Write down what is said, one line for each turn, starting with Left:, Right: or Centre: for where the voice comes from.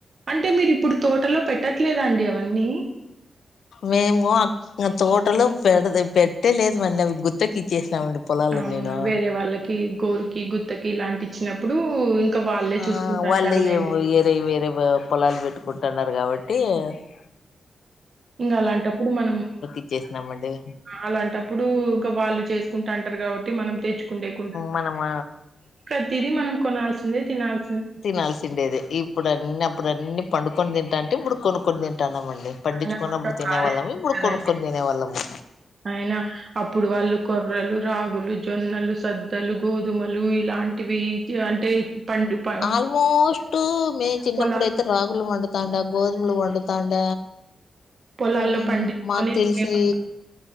Right: అంటే మీరు ఇప్పుడు తోటలో పెట్టట్లేదండి అవన్నీ
Left: మేము అ తోటలో పెడ పెట్టే లేదమండి అవి గుతుకి ఇచ్చేసినామండి పొలాలు
Right: అవునా
Left: నేను
Right: వేరే వాళ్ళకి గోరుకి గుత్తకి ఇలాంటి ఇచ్చినప్పుడు వాళ్ళే
Left: ఆ
Right: చూసుకుంటా
Left: వాళ్ళే
Right: అంటారులేండి
Left: వేరే వేరే పొలాలు పెట్టుకుంటున్నారు కాబట్టి టి
Right: ఇంకా అలాంటప్పుడు మనం
Left: ఇచ్చేసినామండి
Right: అలాంటప్పుడు ఇంకా వాళ్ళు చేసుకుంటూ అంటారు కాబట్టి మనం తెచ్చుకుండేకు
Left: మనము
Right: ఇతిదది మనం కొనాల్సిందే తినాల్సి
Left: తినాల్సిండేది ఇప్పుడు అన్ని అప్పుడు అన్ని పండుకొని తింటా అంటే ఇప్పుడు కొనుక్కొని తింటానమండి పండించుకున్నప్పుడు
Right: అయినా కొంచెం
Left: తినే
Right: బాధేస్తది
Left: వాళ్ళము ఇప్పుడు
Right: కదండి
Left: కొనుక్కొని తినే వాళ్ళము
Right: అయినా అప్పుడు వాళ్ళు కొర్రలు రాగులు జొన్నలు సద్దలు గోధుమలు ఇలాంటివి అంటే పండు ప
Left: ఆల్మోస్ట్ మేము చిన్నప్పుడుయితే
Right: పొలాలు
Left: రాగులు వండుతాండి గోది దుములు పండుతాంట
Right: పొలాల్లో
Left: అవును
Right: పండించుకొని
Left: మాత్ తెల్సి
Right: తినేవాళ్ళం.